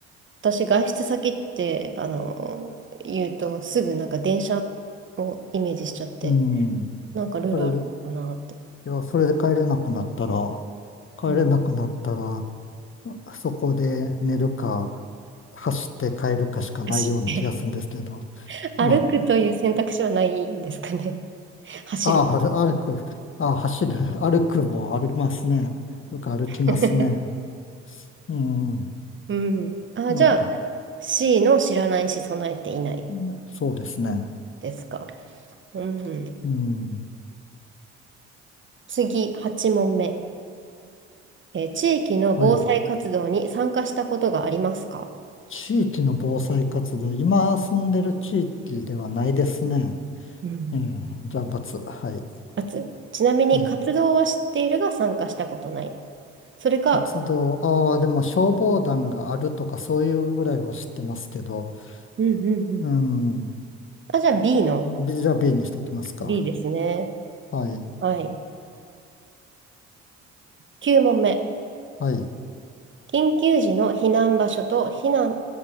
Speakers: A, on the right (about 35°); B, on the left (about 35°).
A: 私、外出先って、あの、言うと、すぐなんか電車をイメージしちゃって、
B: うん。
A: なんかルールあるのかなって。
B: それ、いや、それで帰れなくなったら、帰れなくなったら、
A: うん、
B: そこで寝るか、走って帰るかしかないような気がするんですけど、
A: 走って <laughs>。歩くという選択肢はないんですかね。
B: まあ、
A: <laughs> 走る。
B: ああ、歩歩く、ああ、走る、歩くも歩きますね。よく歩きますね。
A: <laughs>
B: うん、
A: うん。あ、
B: なんか、
A: じゃあ、C の知らないし備えていない
B: ねそうですね。
A: ですか。うん。
B: うん、
A: 次、8問目。えー地域の防災活動に参加したことがありますか
B: はい。地域の防災活動、今住んでる地域ではないですね。
A: うん。
B: ええ、じゃあ、×。はい。
A: かつ、ちなみに活動は知っているが参加したことない。
B: はい。
A: それか、
B: 活動、ああ、でも消防団があるとかそういうぐらいは知ってますけど、
A: うんうんうん。
B: うん。
A: あ、じゃあ B の
B: ビじゃあ B にしときますか。
A: B ですね。
B: はい。
A: はい。きゅう9問目。
B: はい。
A: 緊急時の避難場所と避難、